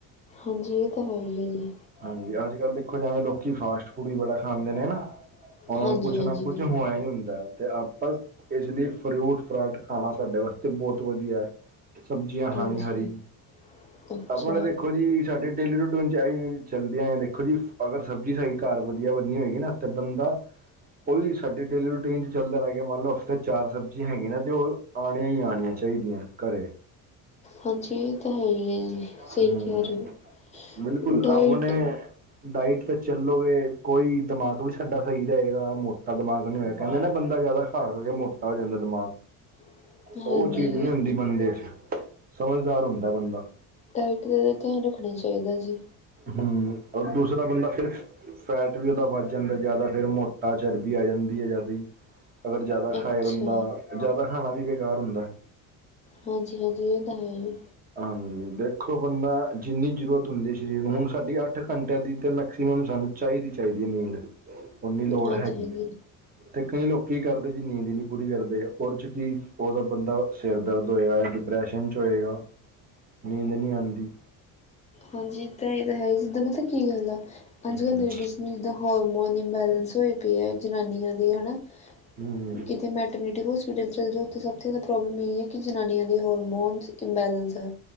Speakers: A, on the left (about 20°); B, on the right (about 25°).
A: ਹਾਂਜੀ ਇਹ ਤਾਂ ਹੈ ਈ ਆ ਜੀ!
B: ਹਾਂਜੀ ਅੱਜ ਕੱਲ੍ਹ ਦੇਖੋ ਜਾਵੇਂ ਲੋਕੀ ਫਾਸਟ ਫੂਡ ਵੀ ਬੜਾ ਖਾਂਦੇ ਨੇ ਨਾ, ਉਹਨਾਂ
A: ਹਾਂਜੀ,
B: ਨੂੰ ਕੁਛ
A: ਹਾਂਜੀ,
B: ਨਾ ਕੁਝ ਹੋਇਆ ਈ ਹੁੰਦਾ, ਅਤੇ ਆਪ ਇਸ ਲਈ ਫਰੂਟ ਫਰਾਟ ਖਾਣਾ ਸਾਡੇ ਵਾਸਤੇ ਬਹੁਤ ਵਧੀਆ ਐ ਸਬਜ਼ੀਆਂ
A: ਹਾਂਜੀ।
B: ਖਾਣੀ ਹਰੀ-ਹਰੀ,
A: ਅੱਛਾ,
B: ਆਪਣਾ ਦੇਖੋ ਜੀ, ਸਾਡੇ ਡੇਲੀ ਰੂਟਨ ਚ ਆਈ ਚੱਲਦੇ ਆ। ਦੇਖੋ ਜੀ ਅਗਰ ਸਬਜ਼ੀ ਸਾਡੀ ਘਰ ਵਧੀਆ ਬੰਨੀ ਹੋਏਗੀ। ਨਾ ਤੇ ਬੰਦਾ ਉਹੀ ਸਾਡੀ ਡੇਲੀ ਰੂਟੀਨ ਚ ਚੱਲਦਾ ਰਹਿ ਗਿਆ। ਮੰਨ ਲਓ ਹਫ਼ਤੇ ਚਾਰ ਸਬਜ਼ੀਆਂ ਹੈਗੀਆਂ। ਨਾ ਤੇ ਉਹ ਆਣੀਆਂ ਹੀ ਆਣੀਆਂ ਚਾਹੀਦੀਆਂ ਘਰੇ
A: ਹਾਂਜੀ, ਇਹ ਤਾਂ ਹੈ ਹੀ ਹੈ। ਜੀ ਸਹੀ
B: ਹੂੰ
A: ਕਹਿ ਰਹੀ ਹੈ।
B: ਬਿਲਕੁਲ
A: ਡਾਇਟ
B: ਆਪਣੇ ਡਾਇਟ, ਤਾਂ ਚੱਲੋਗੇ ਕੋਈ ਦਿਮਾਗ ਵੀ ਸਾਡਾ ਸਹੀ ਰਹੇਗਾ, ਮੋਟਾ ਦਿਮਾਗ ਨਹੀਂ ਹੋਇਆ। ਕਹਿੰਦੇ ਨਾ ਬੰਦਾ ਜ਼ਿਆਦਾ ਹਰ ਵਾਰ ਮੋਟਾ ਹੋ ਜਾਂਦਾ ਦਿਮਾਗ।
A: <inaudible> ਹਾਂਜੀ,
B: ਉਹ ਚੀਜ਼ ਨਹੀਂ ਹੁੰਦੀ ਬੰਦੇ ਚ, ਸਮਝਦਾਰ ਹੁੰਦਾ ਬੰਦਾ।
A: ਡਾਇਟ, ਦਾ ਤਾ ਧਿਆਨ ਰੱਖਣਾ ਚਾਹੀਦਾ ਜੀ।
B: ਹੂ, ਅਗਰ ਦੂਸਰਾ ਬੰਦਾ ਫਿਰ ਫੈਟ ਵੀ ਉਹਦਾ ਵੱਧ ਜਾਂਦਾ। ਜ਼ਿਆਦਾ ਫੇਰ ਮੋਟਾ ਚਰਬੀ ਆ ਜਾਂਦੀ ਹੈ। ਜ਼ਿਆਦਾ ਹੀ ਅਗਰ, ਜ਼ਿਆਦਾ
A: ਅੱਛਾ,
B: ਖਾਏ ਬੰਦਾ ਜ਼ਿਆਦਾ ਖਾਣਾ ਵੀ ਬੇਕਾਰ ਹੁੰਦਾ।
A: ਹਾਂਜੀ-ਹਾਂਜੀ, ਇਹ ਤਾਂ ਹੈ।
B: ਹਾਂਜੀ, ਦੇਖੋ ਬੰਦਾ ਜਿੰਨੀ ਜ਼ਰੂਰਤ ਹੁੰਦੀ। ਸਰੀਰ ਨੂੰ ਹੁਣ ਸਾਡੀ ਅੱਠ ਘੰਟਿਆਂ ਦੀ ਤਾਂ ਮੈਕਸੀਮਮ ਸਾਨੂੰ ਚਾਹੀਦੀ-ਚਾਹੀਦੀ ਨੀਂਦ ਉਨੀ ਲੋੜ
A: ਹਾਂਜੀ,
B: ਹੈਗੀ
A: ਹਾਂਜੀ।
B: ਹੈ। ਤੇ ਕਈ ਲੋਕ ਕੀ ਕਰਦੇ ਜੀ ਨੀਂਦ ਹੀ ਨਹੀਂ ਪੂਰੀ ਕਰਦੇ ਉਹਦੇ ਚ ਕੀ ਉਹਦਾ ਬੰਦਾ ਸਿਰ ਦਰਦ ਹੋਏਗਾ ਜਾਂ ਡਿਪਰੈਸ਼ਨ ਚ ਹੋਏਗਾ। ਨੀਂਦ, ਨਹੀਂ ਆਦੀ।
A: ਹਾਂਜੀ, ਇਹ ਤਾਂ ਹੈ। ਜੇ ਜਿੱਦਾਂ ਮਤਲਬ, ਕੀ ਗੱਲ ਆ ਅੱਜ
B: ਹੂੰ
A: ਕੱਲ੍ਹ ਲੇਡੀਜ਼ ਨੂੰ ਜਿੱਦਾਂ ਹੋਰਮੋਨ ਇਨਬਾਲੰਸ ਪਏ ਹੈ। ਜਨਾਨੀਆਂ ਦੀ ਹਨਾ।
B: ਹੂੰ
A: ਕਿਤੇ ਮੈਡ ਮਿਡ ਹੌਸਪੀਟਲ ਚਲ ਜੋ ਸਬ ਤੋ ਜ਼ਿਆਦਾ ਪ੍ਰਾਪਬਲਮ ਇਹੀ ਹੈ, ਕੇ ਜਨਾਨੀਆਂ ਦੀ ਹੋਰਮੋਨ ਇੰਬੈਲੈਂਸ ਆ।